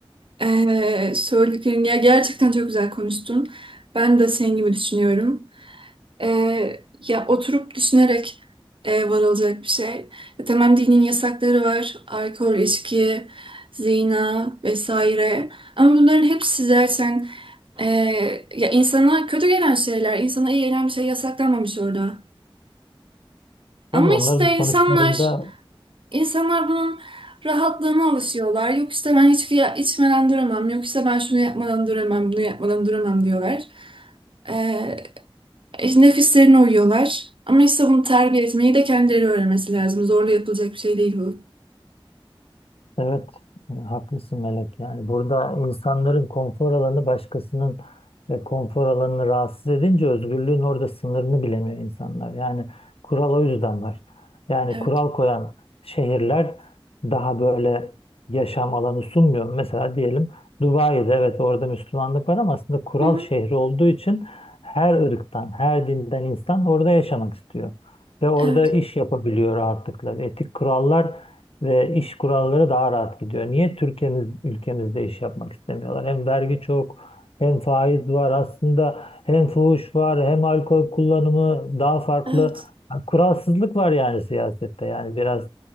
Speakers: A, on the right; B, on the left.
A: Ee, söylediklerin ya gerçekten çok güzel konuştun. Ben de senin gibi düşünüyorum. Ee, ya oturup düşünerek e, varılacak bir şey. E, tamam dinin yasakları var. Alkol, içki, zina vesaire. Ama bunların hepsi zaten e, ya insana kötü gelen şeyler, insana iyi gelen bir şey yasaklanmamış orada.
B: Tabii
A: Ama
B: onların
A: işte insanlar
B: sonuçlarında
A: insanlar bunun rahatlığına alışıyorlar. Yok işte ben içki ya- içmeden duramam. Yok işte ben şunu yapmadan duramam, bunu yapmadan duramam diyorlar. E, Nefislerine uyuyorlar. Ama işte bunu terbiye etmeyi de kendileri öğrenmesi lazım. Zorla yapılacak bir şey değil bu.
B: Evet, e, haklısın Melek. Yani burada insanların konfor alanı başkasının e, konfor alanını rahatsız edince özgürlüğün orada sınırını bilemiyor insanlar. Yani kural o yüzden var. Yani
A: Evet.
B: kural koyan şehirler daha böyle yaşam alanı sunmuyor. Mesela diyelim Dubai'de evet orada Müslümanlık var ama aslında kural
A: Hı hı.
B: şehri olduğu için her ırktan, her dinden insan orada yaşamak istiyor. Ve orada
A: Evet.
B: iş yapabiliyor rahatlıkla. Etik kurallar ve iş kuralları daha rahat gidiyor. Niye Türkiye'miz ülkemizde iş yapmak istemiyorlar? Hem vergi çok, hem faiz var aslında, hem fuhuş var, hem alkol kullanımı daha farklı.
A: Evet.
B: Yani Kuralsızlık var yani siyasette. Yani biraz